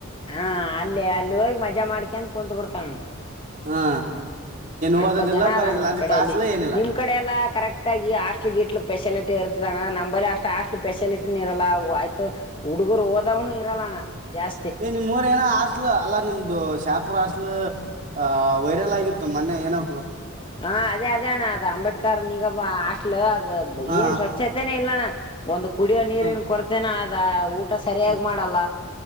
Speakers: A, on the left; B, on the right.
A: ಹಾ ಅಲ್ಲೇ ಅಲ್ಲಿ ಹೋಗಿ ಮಜಾ ಮಾಡ್ಕಂತ ಕುಂತ್ ಬಿಡ್ತಾಳೆ
B: ಹಾ ಓದೋದಿಲ್ಲ
A: ಅಂತ ಜನ
B: ಬರೋದಿಲ್ಲ
A: ಅದಣ ನಮ್
B: ಅದ
A: ಕಡೆ
B: ಕ್ಲಾಸ್ ಇಲ್ಲ ಏನಿಲ್ಲ
A: ನಿಮ್ ಕಡೆ ಎಲ್ಲಾ ಕರೆಕ್ಟ್ ಆಗಿ ಹಾಸ್ಟ್ಲ್ ಗಿಟ್ಲು ಸ್ಪೆಷಲಿಟಿ ಇರ್ತದಣ್ಣ ನಮ ಅಷ್ಟ ಅಷ್ಲ ಫೆಲಿಟಿನ ಇರಲ್ಲ ಆಯ್ತು ಹುಡುಗರು ಹೋದವ್ನು ಇರಲ್ಲಣ ಜಾತಿ
B: ಏ ನಿಮ್ ಊರ ಏನ ಆಸ್ಲು ಅಲ್ಲಾ ನಿಮ್ದು ಶಾಪುರಸ್ಲ್ ಅ ವೈರಲ್ ಆಗಿತ್ತು ಮೊನ್ನೆ ಏನೊ
A: ಹಾ ಅದೇ ಅದೇ ಅಣ್ಣ ಅದ ಅಂಬೇಡ್ಕರ್ ನಿಗ ಹಾಸ್ಟ್ಲ್ ಅದು
B: ಹಾ
A: ಏನ್ ಸ್ವಚ್ಛತೆನೇ ಇಲ್ಲ ಅಣ್ಣ. ಒಂದು ಕುಡಿಯೋ ನೀರಿನ್
B: ಹಾ
A: ಕೊರ್ತೆನ ಆದ ಊಟ ಸರಿಯಾಗಿ
B: ಹ್ಮ್
A: ಮಾಡಲ್ಲ.